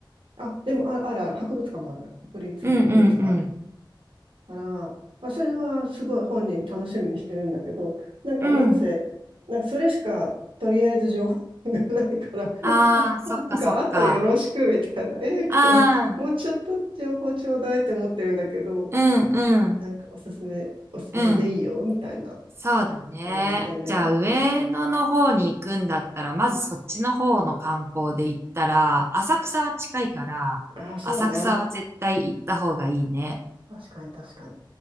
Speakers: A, on the right; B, on the right.
A: あ、でも、あ、あるある、博物館もある、国立博物館ある
B: うん、うん、
A: から、まあ、それはすごい本人楽しみにしてるんだけど、なんか、
B: うん。
A: なんせ、
B: うん。
A: なんかそれしか、とりあえず情報がないから、
B: ああ、そっか、
A: なんか、
B: そっか。
A: あとよろしくみたいな、えーみたいな、
B: ああ、
A: もうちょっと情報ちょうだいって思ってるんだけど、
B: うん、うん、
A: なんかおすすめ、おすすめでいいよみたいな。
B: うん。そうだね。
A: 感じでね。
B: じゃあ、上野の方に行くんだったら、まずそっちの方の観光で行ったら、浅草は近いから、
A: ああ、そうね。
B: 浅草は絶対行った方がいいね。
A: 確かに確かに。